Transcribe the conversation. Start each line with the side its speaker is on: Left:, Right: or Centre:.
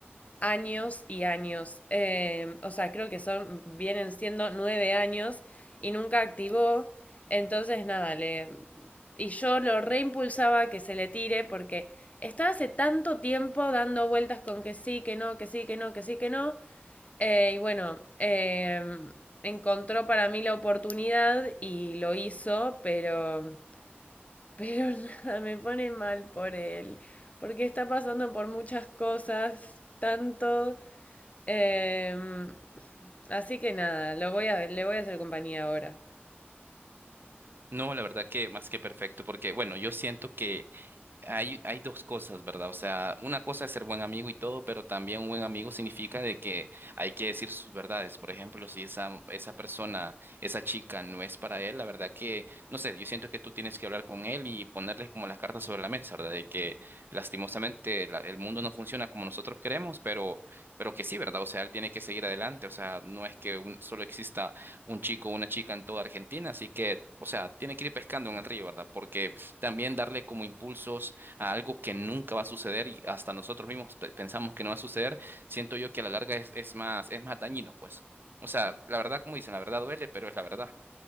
Left: años y años. Eh, o sea, creo que son, vienen siendo nueve años y nunca activó. Entonces, nada, le. Y yo lo reimpulsaba que se le tire porque estaba hace tanto tiempo dando vueltas con que sí, que no, que sí, que no, que sí, que no. Eh, y bueno, eh, encontró para mí la oportunidad y lo hizo, pero. <laughs> Pero nada, me pone mal por él. Porque está pasando por muchas cosas, tanto Em, así que nada, lo voy a, le voy a hacer compañía ahora.
Right: No, la verdad que más que perfecto, porque bueno, yo siento que Hay, hay dos cosas, ¿verdad? O sea, una cosa es ser buen amigo y todo, pero también un buen amigo significa de que hay que decir sus verdades. Por ejemplo, si esa, esa persona, esa chica no es para él, la verdad que, no sé, yo siento que tú tienes que hablar con él y ponerle como las cartas sobre la mesa, ¿verdad? De que lastimosamente la- el mundo no funciona como nosotros queremos, pero, pero que sí, ¿verdad? O sea, él tiene que seguir adelante. O sea, no es que un- solo exista un chico o una chica en toda Argentina, así que, o sea, tiene que ir pescando en el río, ¿verdad? Porque también darle como impulsos a algo que nunca va a suceder y hasta nosotros mismos pe- pensamos que no va a suceder, siento yo que a la larga es, es más, es más dañino, pues. O sea, la verdad, como dicen, la verdad duele, pero es la verdad.